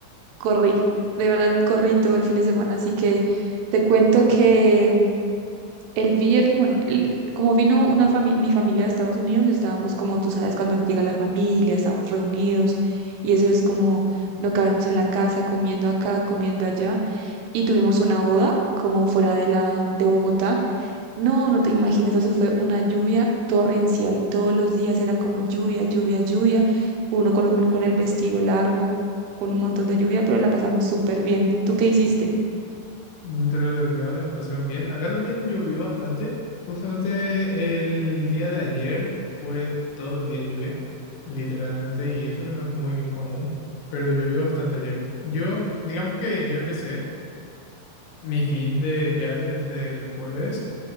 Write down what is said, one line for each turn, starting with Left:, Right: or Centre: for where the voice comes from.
Right: corrí, de verdad corrí todo el fin de semana, así que te cuento que el viernes, bueno, el- como vino una fami- mi familia de Estados Unidos, estábamos como tú sabes, cuando llega la familia, estamos reunidos y eso es como no cabemos en la casa, comiendo acá, comiendo allá y tuvimos una boda como fuera de la de Bogotá. No, no te imaginas, eso fue una lluvia torrencial. Todos los días era como lluvia, lluvia, lluvia. Uno con, un- con el vestido largo, con un montón de lluvia, pero la pasamos súper bien. ¿Tú qué hiciste?
Left: Dentro de lo que cabe, pasaron bien. Acá también llovió bastante. Justamente el día de ayer fue todo el día lluvia, literalmente, y eso que no es muy común, pero llovió bastante ayer. Yo, digamos que yo empecé mi fin de ya desde el jueves.